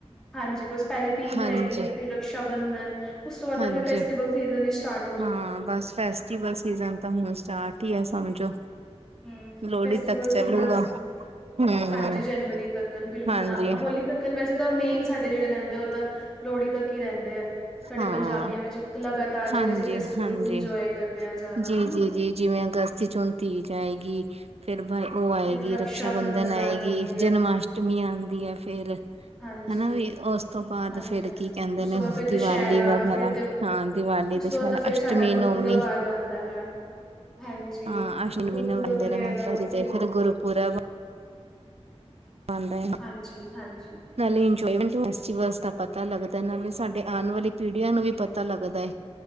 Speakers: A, in the centre; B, on the right (about 65°).
A: ਹਾਂਜੀ, ਬੱਸ ਪਹਿਲੇ ਤੀਜ਼
B: ਹਾਂਜੀ
A: ਆਏਗੀ, ਫਿਰ ਰਕਸ਼ਾ ਬੰਧਨ, ਉਸ ਤੋਂ ਬਾਅਦ
B: ਹਾਂਜੀ
A: ਤਾਂ ਫਿਰ ਫੈਸਟੀਵਲ ਸੀਜਨ ਹੀ ਸਟਾੱਟ
B: ਹਾਂ, ਬੱਸ ਫੈਸਟੀਵਲ ਸੀਜਨ ਤਾਂ ਹੁਣ ਸਟਾੱਟ ਹੀ ਆ ਸਮਝੋ।
A: ਹੂੰ
B: ਲੋਹੜੀ
A: ਫੈਸਟੀਵਲ
B: ਤੱਕ ਚੱਲੂਗਾ
A: ਸੀਜ਼ਨਸ।
B: ਹਮ
A: ਹਾਂਜੀ, ਜਨਵਰੀ ਤੱਕ ਬਿਲਕੁਲ
B: ਹਾਂਜੀ
A: ਨਾ, ਹੋਲੀ ਤੱਕ। ਕਨ ਵੈਸੇ ਤਾਂ ਮੇਨ ਸਾਡੇ ਜਿਹੜੇ ਰਹਿੰਦੇ, ਉਹ ਤਾਂ ਲੋਹੜੀ ਤੱਕ ਹੀ ਰਹਿੰਦੇ ਐ। ਸਾਡੇ
B: ਹਾਂ
A: ਪੰਜਾਬੀਆਂ ਵਿੱਚ ਲਗਾਤਾਰ,
B: ਹਾਂਜੀ
A: ਜਿਹੜੇ ਅਸੀਂ ਫੈਸਟੀਵਲ
B: ਹਾਂਜੀ
A: ਇੰਜੋਏ ਕਰਦੇ ਹਾਂ ਜ਼ਿਆਦਾ
B: ਜੀ
A: ਹੈਨਾ।
B: ਜੀ ਜੀ ਜਿਵੇਂ ਅਗਸਤ ਵਿਚ ਹੁਣ ਤੀਜ ਆਏਗੀ। ਫੇਰ ਬ ਉਹ ਆਏਗੀ,
A: ਫਿਰ
B: ਰਕਸ਼ਾ ਬੰਧਨ ਆਏਗੀ,
A: ਆ ਜਾਂਦੀ
B: ਜਨਮਾਸ਼ਟਮੀ
A: ਹੈ
B: ਆਉਂਦੀ ਹੈ। ਫੇਰ
A: ਹਾਂਜੀ
B: ਹੈਨਾ, ਵੀ ਉਸ ਤੋਂ ਬਾਅਦ
A: ਹਾਂਜੀ
B: ਫੇਰ
A: ਹਾਂਜੀ
B: ਕੀ ਕਹਿੰਦੇ
A: ਉਸ
B: ਨੇ।
A: ਤੋਂ ਬਾਅਦ ਫਿਰ ਦੁਸਹਿਰਾ
B: ਦੀਵਾਲੀ ਵਗੈਰਾ,
A: ਫਿਰ
B: ਹਾਂ ਦੀਵਾਲੀ,
A: ਉਸ
B: ਦੁਸ਼ਹਿਰਾ
A: ਤੋਂ ਬਾਅਦ ਤਾਂ ਫਿਰ
B: ਅਸ਼ਟਮੀ
A: ਸਾਡਾ ਗੁਰਪੁਰਬ
B: ਨੌਮੀ
A: ਆ ਜਾਂਦਾ ਹੈ ਹਾਂਜੀ,
B: ਹਾਂ ਅਸ਼ਟਮੀ ਨੌਮੀ
A: ਗੁਰਪੁਰਬ
B: ਨੂੰ ਮੰਨਦੇ
A: ਵਗੈਰਾ
B: ਨੇ ਮਾਤਾ ਜੀ
A: ਸੀ।
B: ਤੇ ਫਿਰ ਗੁਰਪੁਰਬ ਆਂਦਾ ਹੈ।
A: ਹਾਂਜੀ, ਹਾਂਜੀ।
B: ਨਾਲੇ ਇੰਜੋਮੈਂਟਸ ਫੈਸਟੀਵਲਸ ਦਾ ਪਤਾ ਲੱਗਦਾ, ਨਾਲੇ ਸਾਡੇ ਆਨ ਵਾਲੇ ਪੀੜੀਆਂ ਨੂੰ ਵੀ ਪਤਾ ਲੱਗਦਾ ਹੈ।